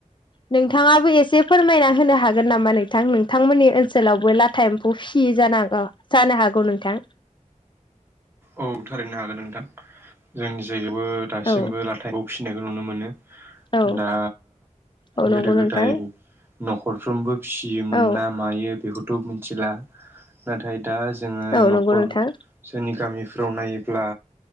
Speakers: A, on the left (about 35°); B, on the right (about 15°).
A: नोंथाङाबो एसे फोरमायना होनो हागोन नामा नोंथां? नोंथांमोननि ओनसोलावबो लाथा एम्फौ फि जानांगौ जानो हागौ नोंथां।
B: औ थारैनो हागोन नोंथां । जोंनि जायगायावबो दासिमबो
A: औ
B: लाथा एमफौ फिसिनायखौ नुनो मोनो।
A: औ
B: दा
A: औ नंगौ
B: गोदो गोदाय
A: नोंथां
B: न'खरफ्रोमबो फियोमोन
A: औ
B: ना मायो बेखौथ' मिथिला, नाथाय दा जोङो
A: औ
B: न'खर
A: नंगौ नोंथां
B: सोरनि गामिफ्राव नायोब्ला